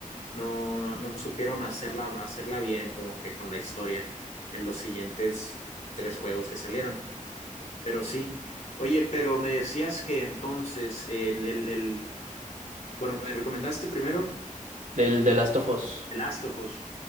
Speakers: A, on the left; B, on the right.
A: no, no supieron hacerla, hacerla bien, como que con la historia en los siguientes tres juegos que salieron. Pero sí. Oye, pero me decías que entonces el, el, el- bueno, me recomendaste primero
B: Del The Last of Us,
A: The Last of Us